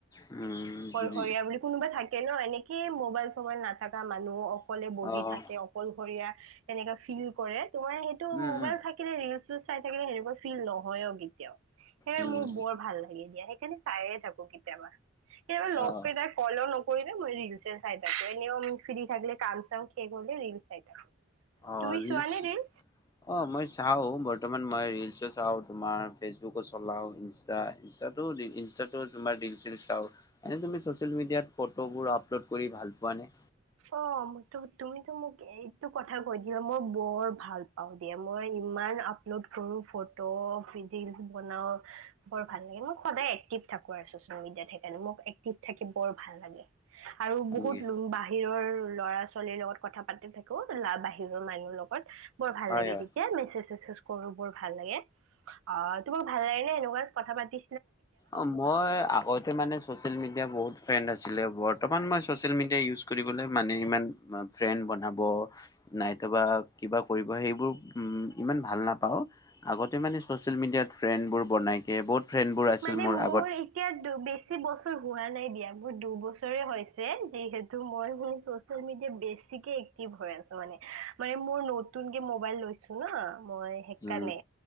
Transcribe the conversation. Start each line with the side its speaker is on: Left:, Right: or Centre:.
Left: উম
Right: অকলশৰীয়া বুলি কোনোবা থাকে ন এনেকে মোবাইল চবাইল নাথাকা মানুহ অকলে বহি
Left: অ',
Right: থাকে অকলশৰে <inaudible> তেনেকে ফিল কৰে, তোমাৰ সেইটো
Left: উম,
Right: মোবাইল
Left: উম,
Right: থাকিলে ৰিলচ চিলছ চাই থাকিলে সেনেকুৱা ফিল নহয়ও গী কেতিয়াও, সেইবাবে
Left: উম,
Right: মোৰ বৰ ভাল লাগে দিয়া সেইকাৰণে চাইয়ে থাকো কেতিয়াবা কেতিয়াবা, লগ
Left: অ',
Right: ফলো নকৰিলে মই ৰিলচএ চাই থাকো এনে ফ্ৰী থাকিললে কাম চাম শেষ কৰিলে ৰিল চাই থাকো৷
Left: অ
Right: তুমি
Left: ৰিলচ
Right: চোৱানে ৰিল
Left: অ মই চাও বৰ্তমান মই ৰিলচ ৰীলচো চাও, তোমাৰ ফেচবুকো চলাও, ইন্ষ্ট্ৰা-ইণ্ষ্টা তো তোমাৰ চাও এনে তুমি চচিয়েল মিডিয়াত ফটোবোৰ আপলোড কৰি ভাল পোৱা নে?
Right: অ মোক তুমিতো মোক এইটো কথা কৈ দিলা মই বৰ ভাল পাওঁ দিয়া মই ইমান আপলড কৰো ফটো ৰীলচ বনাও বৰ ভাল লাগে মোৰ সদায় এক্টিভ থাকো৷ ছচিয়েল মিডিয়াত সেইকাৰণে, মোৰ এক্টিভ থাকি বৰ ভাল লাগে, আৰু
Left: হয়
Right: বহুত
Left: নেকি
Right: লুম্বাহ বাহিৰৰ ল'ৰা ছোৱালীৰ লগত কথা পাতি থাকো বাহিৰৰ মানুহৰ লগত বৰ ভাল
Left: হয়,
Right: লাগে
Left: হয়,
Right: তেতিয়া মেছেজ চেছেজ কৰো বৰ ভাল লাগে, অ তোমাক ভাল লাগে নে এনেকুৱা? কথা পাতি
Left: অ মই আগতে মানে চচিয়েল মিডিয়া বহুত ফ্ৰেন্ড আছিলে বৰ্তমান মই চছিয়েল মিডিয়া ইউজ কৰিবলৈ মানে ইমান ফ্ৰেন্ড বনাব নাইটোবা কিবা কৰিব সেইবোৰ উ ইমান ভাল নাপাওঁ৷ আগতে মানে ছ'চিয়েল মিডিয়াত ফ্ৰেণ্ডবোৰ বনাই বহুত ফ্ৰেণ্ডবোৰ আছিল
Right: মানে মোৰ
Left: আগত
Right: এতিয়া দু বেছি বছৰ হোৱা নাই দিয়া মোৰ দুবছৰ দুবছৰেই হৈছে যিহেতু মই সেই ছচিয়েল মেডিয়াত বেছিকে এক্টিভ হৈ আছোঁ মানে মই মোৰ নতুনকে মোবাইল লৈছো ন! মই সেইকাৰণে
Left: উম